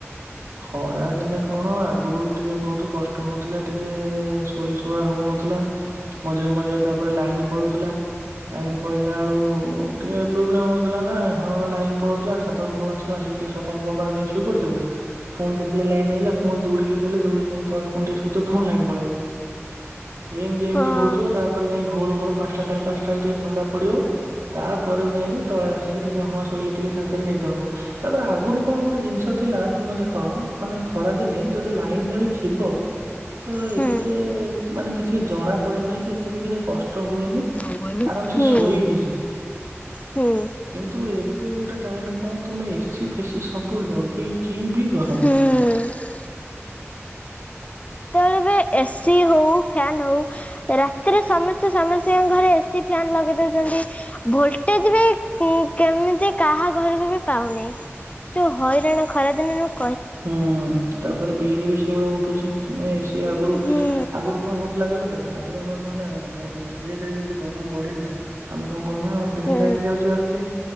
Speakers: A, on the right (about 75°); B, on the left (about 30°).
A: ଖରା ଦିନେ କଣ ଆଗରୁ ଟିକେ ବହୁତ କଷ୍ଟ ହଉଥିଲା। ଟିକେ ଶୋଇ ଶୁଆ ହଉନଥିଲା। ମଝିରେ ମଝିରେ ତାପରେ ଲାଇନ ପଳଉଥିଲା। ଲାଇନ ପଳେଇିଲା ବେଳୁ ଟିକେ ପ୍ରୋବ୍ଲେମ ହଉଥିଲା, ନା ହଁ ଲାଇନ୍ ପଳଉଥିଲା ଛାତ ଉପରକୁ ଆସିବା ଆସିକି ଟିକେ ସଫା ଫ ଫଫା ଦେଇକି ଶୋଇ ପଡିଥିବ। ପୁଣି ଦେଖିଲା ଲାଇନ ହେଇଗଲା ପୁଣି ଦୌଡିକି କି ଗଲ ପୁଣି ଦୌଡିକି ଯାଇ ତଳେ ଫୁ ଆସୁଣି ଲାଇନ ପଳେଇବ, ଏମିତି ଏମିତି
B: ହଁ
A: ହଉ ତାପରେ, ଯାଇ ଭୋର ଭୋର ପାଞ୍ଚଟା ସାଢ଼େ ପାଞ୍ଚଟା ବେଳେ ଟିକେ ଥଣ୍ଡା ପଡିବ ତାପରେ ଯାଇକି ତଳେ ଆସିକି ଟିକେ ହଁ ଶୋଇଲେ ଟିକେ ଶାନ୍ତିରେ ନିଦ ହବ। ତାପରେ ଆଗରୁ କଣ ଗୋଟେ ଜିନିଷ ଥିଲା? ତୁମେ ଦେଖ, ମାନେ ଖରା ଦିନେ ଯଦି ଲାଇନ ଟା ବି ଥିବ ତ
B: ହୁଁ
A: ଏତେ ମାନେ କିଛି ଜଣା ପଡ଼େନି କି ଏତେକ କିଛି କଷ୍ଟ ହୁଏନି।
B: ହନ
A: ଆରାମସେ
B: ହୁଁ!
A: ଶୋଇ ହେଇଯିବ
B: ହୁଁ
A: କିନ୍ତୁ ଏବେ ଗୋଟେ ଟାଇମ କଣ, ତୁମେ ଏସି ଫେସି ସବୁ ଲଗେଇ କିିବି ଗରମ
B: ହୁଁ ଏସି ହଉ, ଫ୍ୟାନ୍ ହଉ ରାତିରେ ସମସ୍ତେ ସମସ୍ତଙ୍କ ଘରେ ଏସି ଫ୍ୟାନ ଲଗେଇ ଦଉଛନ୍ତି, ଭୋଲଟେଜ ବି କେମିତି କାହା ଘରକୁ ବି ପାଉନାହିଁ। ଯୋଉ ହଇରାଣ ଖରାଦିନ ନୁ <unintelligible>
A: ହୁଁ ତାପରେ ବିଲ୍ ବି ସେଇଭଳିଆ ଉଠୁଛି। ତୁମେ ସେ ଆଗରୁ
B: ହୁଁ
A: ଆଗରୁ କଣ ହଉଥିଲା କହିଲ ଦେଖ ଆଗରୁ ଆମର କଣ ହେଲା ନା, <unintelligible> ଧୀରେ ଧୀରେ ଯେମିତି ଗରମ ବଢିଲା ଆମେ ତମ <unintelligible>
B: ହୁଁ ହୁଁ
A: ଲାଇନ୍ ଯାଉଛି ଆସୁଛି